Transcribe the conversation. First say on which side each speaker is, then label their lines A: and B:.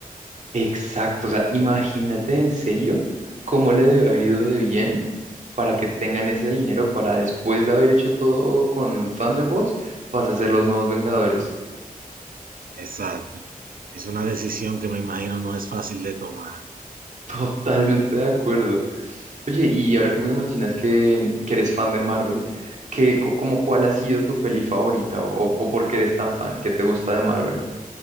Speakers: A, on the right; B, on the right.
A: Exacto, o sea, imagínate en serio cómo le debió haber ido de bien para que tengan ese dinero para después de haber hecho todo con Thunderbolts, vas a ser los nuevos Vengadores.
B: Exacto. Es una decisión que me imagino no es fácil de tomar.
A: <laughs> Totalmente de acuerdo. Oye, y ahora que me mencionas que, que eres fan de Marvel, qué co- como cuál ha sido tu peli favorita o, o por qué eres tan fan? ¿Qué te gusta de Marvel?